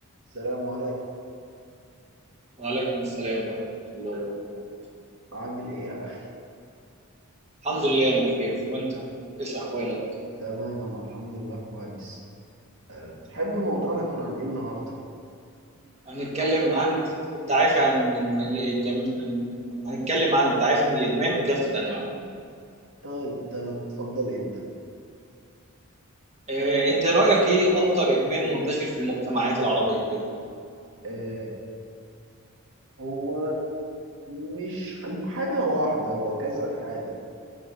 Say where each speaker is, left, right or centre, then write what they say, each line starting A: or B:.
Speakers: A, on the right; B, on the right.
A: السلام عليكم
B: وعليكم السلام ورحمة الله وبركاته
A: عامل ايه يا اخي
B: الحمد لله أنا بخير وأنت إيش أحوالك؟
A: تم- تمام انا الحمد لله كويس أه تحب موضوعنا يكون عن ايه النهارده
B: هنتكلم عن التعافي عن من الإدمان هنتكلم عن التعافي من الإدمان بكافة أنواعه
A: طيب تمام اتفضل ابدأ
B: آه، أنت رأيك إيه أكتر إدمان منتشر في المجتمعات العربية؟
A: أه هو مش هن- حاجة واحدة هو كذا حاجة